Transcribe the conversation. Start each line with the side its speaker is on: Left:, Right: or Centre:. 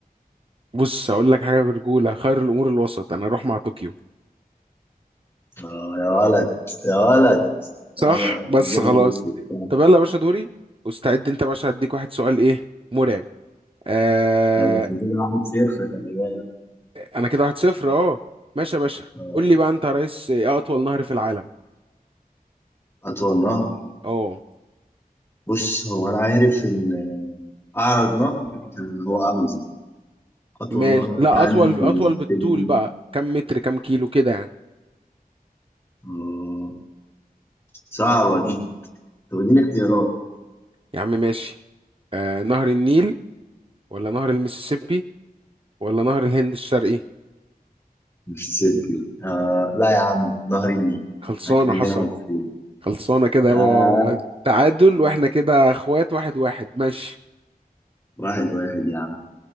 Right: بص هقول لك حاجة برجولة خير الأمور الوسط انا اروح مع طوكيو
Left: آه يا ولد يا ولد
Right: صح
Left: ايوه
Right: بس
Left: جبل
Right: خلاص
Left: روكي بتاع
Right: طب يلا يا باشا دوري واستعد انت يا باشا هديك واحد سؤال ايه مرعب آه
Left: بس كده واحد صفر خلي بالك
Right: انا كده واحد صفر اه ماشي يا باشا
Left: آم،
Right: قول لي بقى انت يا ريس ايه أطول نهر في العالم
Left: اطول نهر
Right: اه
Left: بص هو انا عارف ان آه، اعرض نهر كان هو امازون اطول
Right: ماشي
Left: نهر
Right: لا
Left: في عندك
Right: اطول
Left: المسيسيبي
Right: اطول بالطول بقى كم متر كم كيلو كده يعني
Left: آه، صعبه دي طب اديني اختيارات
Right: يا عم ماشي آه نهر النيل ولا نهر المسيسيبي ولا نهر الهند الشرقي
Left: المسيسيبي آه لا يا عم نهر النيل
Right: خلصانه
Left: اكملنا
Right: حصل
Left: مصريين
Right: خلصانه كده
Left: آه
Right: يابا تعادل واحنا كده اخوات واحد واحد ماشي
Left: واحد واحد يا عم